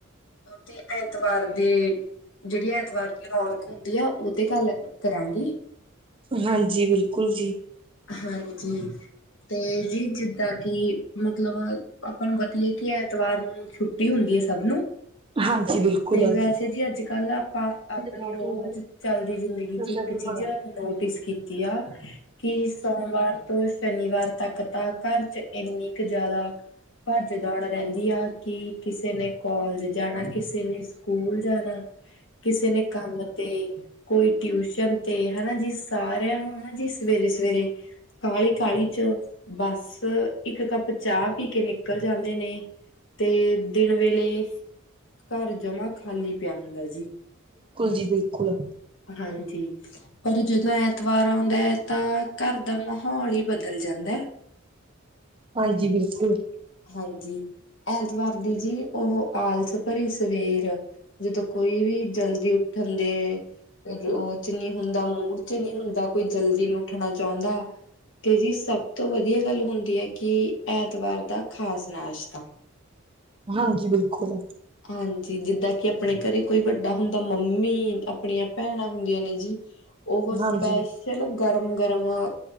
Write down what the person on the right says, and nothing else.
ਹਾਂਜੀ ਬਿਲਕੁਲ ਜੀ।
ਹਾਂਜੀ ਬਿਲਕੁਲ।
ਹਾਂਜੀ
ਹਾਂਜੀ
ਬਿਲਕੁਲ
ਜੀ ਬਿਲਕੁਲ।
ਹਾਂਜੀ, ਬਿਲਕੁਲ।
ਹਾਂਜੀ, ਬਿਲਕੁਲ।
ਹਾਂਜੀ।